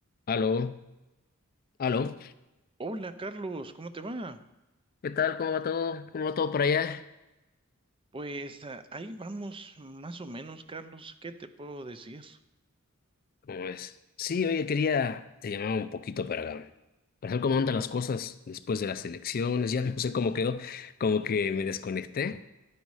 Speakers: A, on the left; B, on the right.
A: Aló, aló,
B: Hola Carlos, ¿cómo te va?
A: ¿Qué tal? ¿Cómo va todo? ¿Cómo va todo por allá?
B: Pues ah, ahí vamos más o menos, Carlos, ¿qué te puedo decir?
A: ¿cómo ves? Sí, oye, quería, te llamaba un poquito para, para ver cómo andan las cosas después de las elecciones, ya <laughs> no sé cómo quedó, como que me desconecté